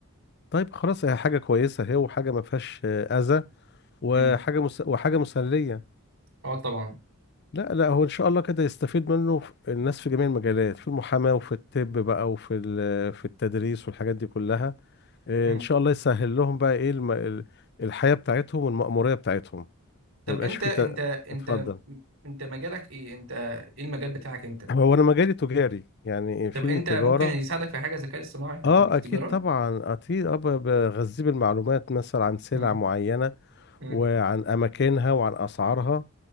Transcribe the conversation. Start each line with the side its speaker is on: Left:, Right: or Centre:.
Left: طيب خلاص هي حاجة كويسة اهي وحاجة ما فيهاش آه، أذى وحاجة
Right: امم
Left: مس... وحاجة مسلية
Right: اه طبعا
Left: لا لا هو إن شاء الله كده يستفيد منه ف- الناس في جميع المجالات في المحاماة وفي الطب بقى وفي ال... في التدريس والحاجات دي كلها إيه
Right: امم
Left: ان شاء الله يسهل لهم بقى ايه الم... ال- الحياة بتاعتهم والمأمورية بتاعتهم
Right: طب
Left: ما يبقاش
Right: انت
Left: في
Right: انت
Left: ت...
Right: انت
Left: اتفضل
Right: انت مجالك ايه انت ايه المجال بتاعك انت
Left: <clears throat> هو انا مجالي تجاري يعني
Right: طب
Left: في
Right: انت
Left: تجارة
Right: ممكن يساعدك في حاجه الذكاء الاصطناعي في
Left: اه
Right: التج- في التجاره
Left: اكيد طبعا اكيد اه ب- بغذيه بالمعلومات مثلا عن سلع
Right: امم
Left: معينة
Right: امم
Left: وعن أماكنها وعن أسعارها